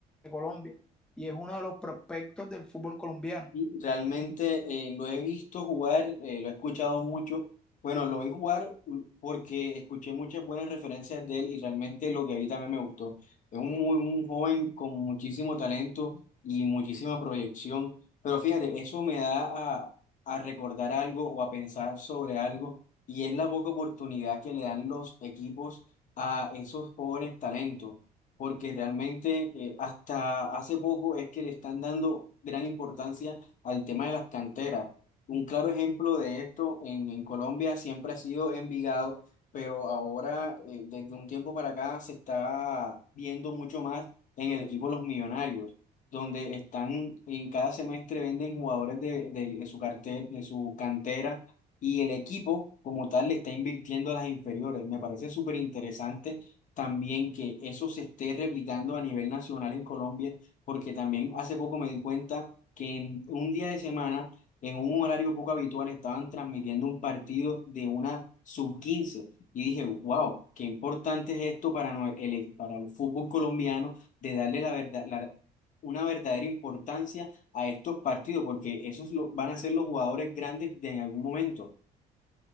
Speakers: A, in the centre; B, on the left.
A: Colombia, y es uno de los prospectos del fútbol colombiano.
B: Y Realmente eh, lo he visto jugar, eh, lo he escuchado mucho. Bueno, lo vi jugar mm, porque escuché muchas buenas referencias de él y realmente lo que vi también me gustó. Es un, muy, un joven con muchísimo talento y muchísima proyección. Pero fíjate, eso me da a, a recordar algo o a pensar sobre algo y es la poca oportunidad que le dan los equipos a esos jóvenes talentos porque realmente eh, hasta hace poco es que le están dando gran importancia al tema de las canteras. Un claro ejemplo de esto en, en Colombia siempre ha sido Envigado, pero ahora eh, desde un tiempo para acá se está viendo mucho más en el equipo Los Millonarios, donde están en cada semestre venden jugadores de, de- de su cartel, de su cantera y el equipo como tal le está invirtiendo a las inferiores. Me parece súper interesante también que eso se esté replicando a nivel nacional en Colombia porque también hace poco me di cuenta que en un día de semana, en un horario poco habitual, estaban transmitiendo un partido de una sub quince y dije, wow, qué importante es esto para, nue- el, e-, para el fútbol colombiano de darle la verdad, la- una verdadera importancia a estos partidos, porque esos lo- van a ser los jugadores grandes de en algún momento.